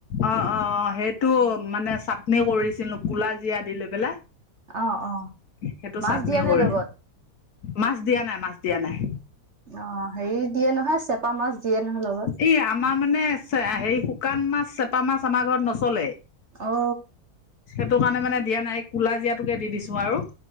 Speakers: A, on the left; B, on the right.
A: অ অ অ সেইটো মানে চাটনি কৰিছিলো কোলা জিৰা দি লৈ পেলাই।
B: অ অ
A: সেইটো
B: মাছ
A: চাটনি
B: দিয়ে নে
A: কৰি
B: লগত
A: মাছ দিয়া নাই মাছ। দিয়া নাই।
B: অ' হেৰি দিয়ে নহয় চেপা মাছ দিয়ে নহয় লগত
A: ই, আমাৰ মানে চে হেৰি শুকান মাছ, চেপা মাছ আমাৰ ঘৰত নচলে।
B: ও।
A: সেইটো কাৰণে মানে দিয়া নাই কোলা জিয়া টোকে দি দিছো আৰু।